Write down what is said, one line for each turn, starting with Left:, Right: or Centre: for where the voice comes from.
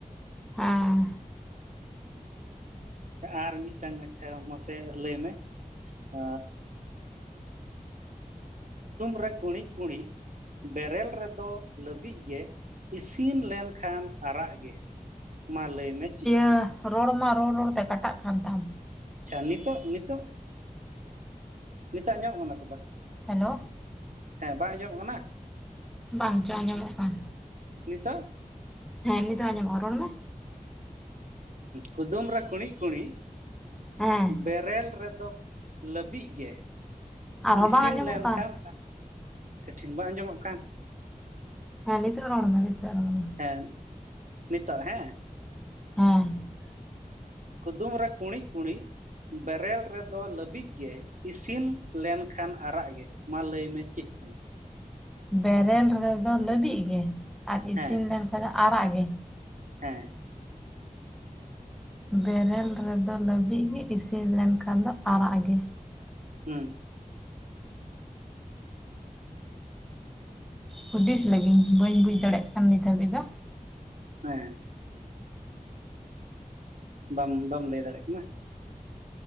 Centre: ᱦᱮᱸ
Right: ᱟᱨ ᱢᱤᱫᱴᱟᱝ ᱟᱪᱷᱟ ᱢᱟᱥᱮ ᱞᱟᱹᱭ ᱢᱮ ᱟᱻ ᱨᱮ ᱠᱩᱲᱤᱸᱜ ᱠᱩᱲᱤᱸᱜ ᱵᱮᱨᱮᱞ ᱨᱮᱫᱚ ᱞᱟᱹᱵᱤᱫ ᱜᱮ ᱤᱥᱤᱱ ᱞᱮᱱᱠᱷᱟᱱ ᱟᱨᱟᱜ ᱜᱮ ᱞᱟᱹᱭ ᱢᱮ ᱪᱮᱫ ᱠᱟᱱᱟ
Centre: ᱟ. ᱦ ᱨᱚᱲ ᱢᱟ ᱨᱚᱲ ᱨᱚᱲ ᱛᱮ ᱠᱟᱴᱟᱜ ᱠᱟᱱ ᱛᱟᱢ
Right: ᱱᱤᱛᱚᱜ ᱱᱤᱛᱚᱜ ᱟᱸᱡᱚᱢᱚᱜ ᱠᱟᱱᱟ ᱥᱮ ᱵᱟᱝ?
Centre: ᱦᱮᱞᱳ
Right: ᱦᱮᱸ ᱵᱟᱝ ᱟᱸᱡᱚᱢᱚᱜ ᱠᱟᱱᱟ
Centre: ᱵᱟᱝᱪᱚ ᱟᱸᱡᱚᱢᱚᱜ ᱠᱟᱱ
Right: ᱱᱤᱛᱚᱜ
Centre: ᱦᱮᱸ ᱱᱤᱛ ᱫᱚ ᱟᱸᱡᱚᱢᱚᱜ ᱨᱚᱲ ᱢᱮ
Right: ᱠᱩᱫᱩᱢ ᱨᱮ ᱠᱩᱬᱤᱸᱜ ᱠᱩᱬᱤᱸᱜ
Centre: ᱦᱮᱸ
Right: ᱵᱮᱨᱮᱞ ᱨᱮᱫᱚ ᱞᱟᱹᱵᱤᱜ ᱜᱮ
Centre: ᱟᱨᱦᱚᱸ
Right: ᱤᱥᱤᱱ
Centre: ᱵᱟᱝ ᱟᱸᱡᱚᱢᱚᱜ
Right: ᱞᱮᱱᱠᱷᱟᱱ
Centre: ᱠᱟᱱ
Right: ᱠᱟᱴᱷᱤᱱ ᱵᱟᱝ ᱟᱸᱡᱚᱢᱚᱜ ᱠᱟᱱ
Centre: ᱨᱚᱲᱢᱮ ᱱᱤᱛᱚᱜ ᱨᱚᱲᱢᱮ
Right: ᱦᱮᱸ ᱱᱤᱛᱚᱜ ᱦᱮᱸ
Centre: <inaudible>
Right: ᱠᱩᱫᱩᱢ ᱨᱮ ᱠᱩᱬᱤᱸᱜ ᱠᱩᱬᱤᱸᱜ ᱵᱮᱨᱮᱞ ᱨᱮᱫᱚ ᱞᱟᱹᱵᱤᱜ ᱜᱮ ᱥᱤᱱ ᱞᱮᱱᱠᱷᱟᱱ ᱟᱨᱟᱜ ᱜᱮ ᱢᱟ ᱞᱟᱹᱭ ᱢᱮ ᱪᱮᱫ ᱠᱟᱱᱟ?
Centre: ᱵᱮᱨᱮᱞ ᱨᱮᱫᱚ ᱞᱟᱹᱵᱤᱜ ᱜᱮ ᱟᱨ ᱤᱥᱤᱱ
Right: ᱦᱮᱸ
Centre: ᱞᱮᱱᱠᱷᱟᱱ ᱫᱚ ᱟᱨᱟᱜ ᱜᱮ?
Right: ᱦᱮᱸ
Centre: ᱵᱮᱨᱮᱞ ᱨᱮᱫᱚ ᱞᱟᱹᱵᱤᱫ ᱜᱮ ᱤᱥᱤᱱ ᱞᱮᱱᱠᱷᱟᱱ ᱫᱚ ᱟᱨᱟᱜ ᱜᱮ
Right: ᱦᱩᱸ
Centre: ᱦᱩᱫᱤᱥ ᱞᱟᱹᱜᱤᱧ ᱵᱟᱹᱧ ᱵᱩᱡ ᱫᱟᱲᱮᱭᱟᱜ ᱠᱟᱱ ᱱᱤᱛ ᱦᱟᱹᱵᱤᱡ ᱫᱚ
Right: ᱦᱮᱸ ᱵᱟᱢ ᱵᱟᱢ ᱞᱟᱹᱭ ᱫᱟᱲᱮᱭᱟᱜ ᱠᱟᱱᱟ